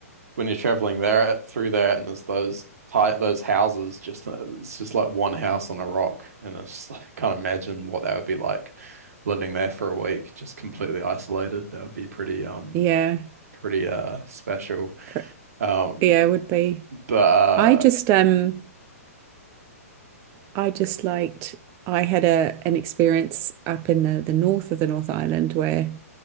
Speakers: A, on the right (about 75°); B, on the right (about 30°).
A: when you're traveling there through there, and there's those ti- those houses just uh, it's just like one house on a rock, and it's <laughs> just like, I can't imagine what that would be like living there for a week, just completely isolated. That would be pretty um
B: yeah.
A: pretty uh special.
B: Cor-
A: Um,
B: Yeah, it would be.
A: but uh,
B: I just um I just liked I had a an experience up in the, the north of the North Island where